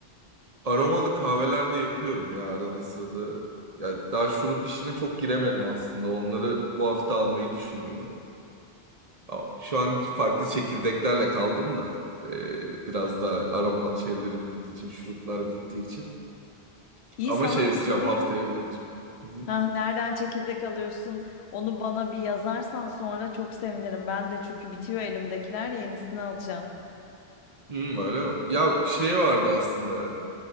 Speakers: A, on the right (about 40°); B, on the left (about 80°).
A: aromalı kahveler de yapıyorum ya arada sırada. Ya daha şurup işine çok giremedim aslında. Onları bu hafta almayı düşünüyorum. Ama Şu an farklı çekirdeklerle kaldım da. ee, biraz daha aroma şeylerim bittiği için, şuruplar bittiği için.
B: İyi
A: Ama
B: sana
A: şey yapacağım
B: bir sorayım.
A: haftaya bir ineceğim. Hı hı.
B: Ha, nereden çekirdek alıyorsun? Onu bana bir yazarsan sonra çok sevinirim. Ben de çünkü bitiyor elimdekiler yenisini alacağım.
A: Hmm, öyle mi? Ya şey vardı aslında